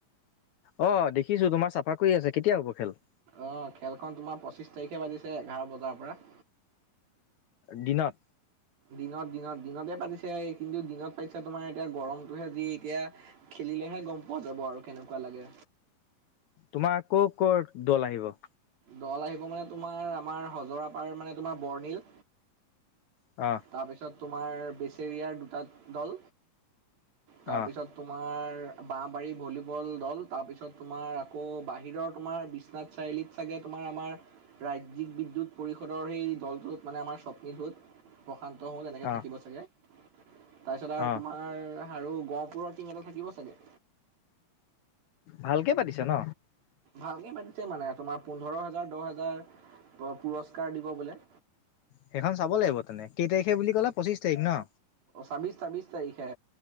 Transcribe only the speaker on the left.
অ', দেখিছো। তোমাৰ চাফা কৰি আছে। কেতিয়া হ'ব খেল?
দিনত?
তোমাৰ ক'ৰ ক'ৰ দল আহিব?
অহ।
অহ
অহ
অহ
ভালকে পাতিছে ন?
সেইখন চাব লাগিব তেন্তে, কেই তাৰিখে বুলি ক'লা পঁচিশ তাৰিখ ন?